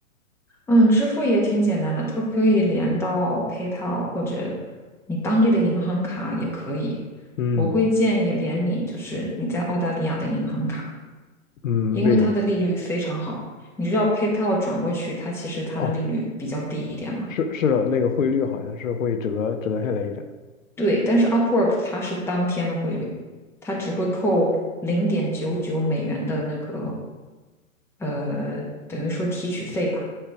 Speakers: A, in the centre; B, on the left.
A: 嗯，支付也挺简单的，它可以连到 PayPal 或者你当地的银行卡也可以。
B: 嗯
A: 我会建议连你就是你在澳大利亚的银行卡，
B: 嗯，
A: 因为它的利率非常好。
B: 为什么？
A: 你知道 PayPal 转过去，它其实它的利率比较低一点嘛。
B: 哦，是是的，那个汇率好像是会折折下来一点。
A: 对，但是 Upwork 它是当天的汇率，它只会扣零点九九美元的那个呃，等于说提取费吧。